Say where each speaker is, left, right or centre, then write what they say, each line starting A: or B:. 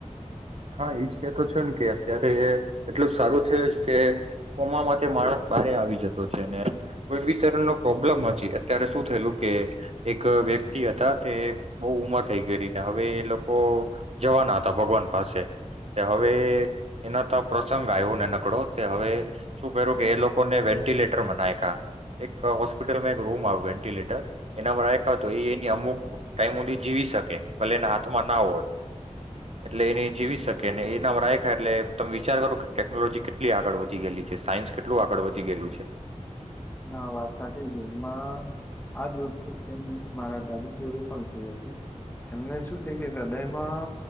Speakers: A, on the right; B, on the left.
A: હા એજ કેતો છે ને કે અત્યારે એ એટલું સારું છે કે કોમા માટે માણસ બારે આવી જતો છે ને કોઈ બી તરણ નો પ્રોબ્લેમ. અત્યારે શું થયેલું કે. એક વ્યક્તિ હતા તે. બહુ ઉમર થઈ ગયને હવે એ લોકો. જવાના હતા ભગવાન પાસે. હવે એના તો પ્રસંગ આવ્યો ને નકડો તે હવે શું કર્યું કે એ લોકો. લોકોને વેન્ટિલેટર મા નાખીયા એક હોસ્પિટલ એક રૂમ આવ વેન્ટિલેટર. <unintelligible> એનામાં રાયખા તો એ એની અમુક ટાઈમોધી જીવી શકે ભલે એના હાથમાં ના હોય. એટલે એની જીવીશ શકે ને એના રાખાય એટલે તમે વિચાર કરો કે ટેકનોલોજી કેટલી આગળ વધી ગયેલી છે સાયન્સ કેટલું આગળ વધી ગયેલું છે.
B: ના વાત સાચી છે એમાં આજ વસ્તુ સેમ મારા દાદી જોડે પણ થયું હતું એમને શું છે કે હૃદયમાં